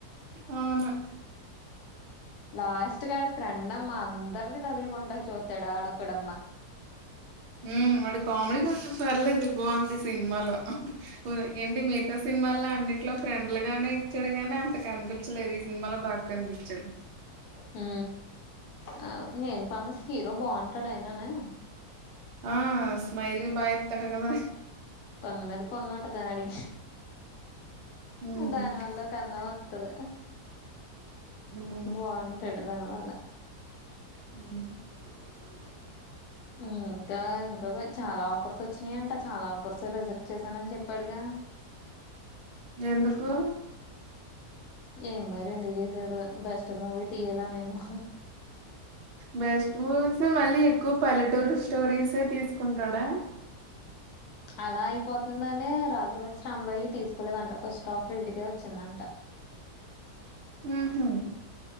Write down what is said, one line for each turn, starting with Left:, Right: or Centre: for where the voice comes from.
Right: అవును
Left: లాస్ట్ కీ ఆడి ఫ్రెండమ్మా అందర్నీ తగులుకుంటాకీ చూత్తాడు ఆడొకడమ్మా
Right: ఉ వాడు కామెడీ కోసం పర్లేదు బాగుంది సినిమాలో. ఏంటి మిగతా సినిమాల్లో అండి. ఇంట్లో ఫ్రెండ్లు గానే ఇచ్చాడుగానే అంత కనిపించలేదు. ఈ సినిమాలో బాగా కనిపించదు.
Left: హ ఆ నేను ఫేమస్ హీరో బాగుంటాడుయనానే.
Right: ఆ స్మైలీ బా ఎత్ కట కదా.
Left: పొన్ను మీద పొన్ను ఉంటుంది,
Right: హ్మ్
Left: దానివల్ల కందం. <unintelligible>
Right: అవును
Left: బాగుంటాడు దానివల్ల.
Right: <inaudible>
Left: హూ, ఇంకా ఇంకా చాలా ఆఫర్స్ వచ్చినాయంట. చాలా ఆఫర్స్ రిజెక్ట్ చేశానని చెప్పాడుగా. <inaudible>
Right: ఎందుకు.
Left: ఏం మరి ఎందుకు చేశాడో. బెస్ట్ మూవీ తీయాలనేమో.
Right: బెస్ట్ మూవీస్ మళ్ళీ ఎక్కువ పల్లెటూరు స్టోరీసే తీసుకుంటాడా.
Left: <inaudible> అలా అయిపోతుందనే రాజు వెడ్స్ రాంబాయి తీసుకోలేదంట. ఫస్ట్ ఆఫ్ వీడికే వచ్చిందంట. <inaudible>
Right: హుహు